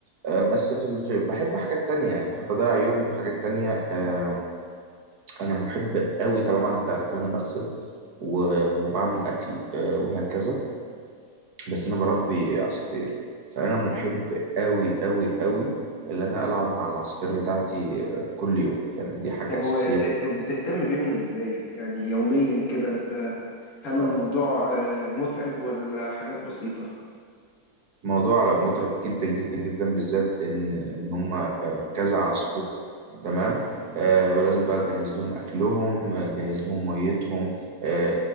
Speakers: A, on the right; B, on the left.
A: آه، بس في الف... بحب حاجات تانية يعني بحب أضيع يومي في حاجات تانية آم، انا محب قوي طبعا انت عارف ان انا بغسل و- وبعمل اكل آه، وهكذا بس انا بربي عصافير فانا محب قوي قوي قوي اللي انا العب مع العصافير بتاعتي آه، كل يوم يعني دي حاجة
B: طب
A: اساسية
B: و-
A: في
B: بتهتم بيهم ازاي يعني يوميا كده انت هل
A: آه،
B: الموضوع آه، متعب ولا حاجات بسيطة
A: موضوع متعب جدا جدا جدا بالذات ان ان هم آه، كذا عصفور تمام آه ولازم بقى اجهز لهم اكلهم آه، اجهز لهم ميتهم آه